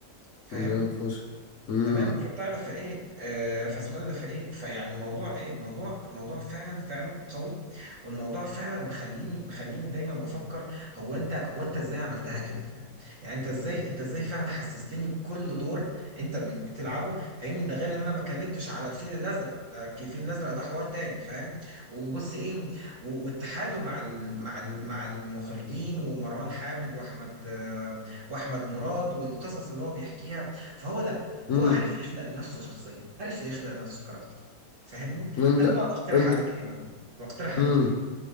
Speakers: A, on the right (about 55°); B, on the left (about 60°).
A: فاهم
B: يا فشخ امم
A: تمام فبتاع ده فايه آه فاسمنا ده فايه فيعني الموضوع ايه الموضوع موضوع فعلا فعلا قوي والموضوع فعلا مخليني مخليني دايما بفكر هو انت هو انت ازاي عملتها كده فاهم يعني انت ازاي انت ازاي فعلا حسستني بكل دور انت بت- بتلعبه فاهمني ده غير ان انا ما اتكلمتش على الفيل الازرق ده الفيل الازرق ده حوار تاني فاهم وبص ايه و- واتحاده مع ال مع ال مع المخرجين ومروان حامد واحمد آه واحمد مراد والقصص اللي هو بيحكيها فهو
B: امم
A: هو عارف يخلق لنفسه شخصية عارف يخلق لنفسه كاركتر فاهمني
B: انت
A: انا بقى بقترح
B: انت
A: عليك ايه بقى بقترح عليك
B: مم.
A: ايه